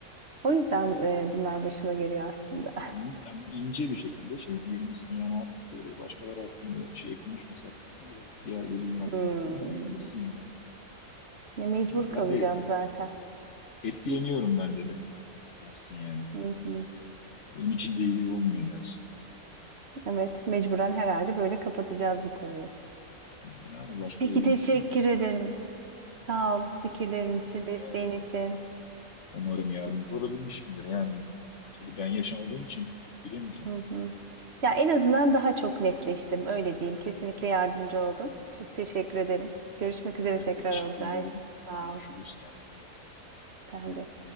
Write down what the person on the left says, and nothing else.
İn- yani ince bir şekilde şey diyebilirsin yani artık böyle başkaları hakkında şey konuşmasak e, diğer veliler hakkında
falan diyebilirsin yani.
E,
Ben de
Etkileniyorum ben de, de dersin yani.
Benim için de iyi olmuyor dersin.
Yani başka
yöntem
yok.
Rica
ederim.
Umarım yardımcı olabilmişimdir. Yani tabii ben yaşamadığım için çok bilemeyeceğim.
Ben
de teşekkür
ederim.
Görüşürüz.
Kendine iyi bak.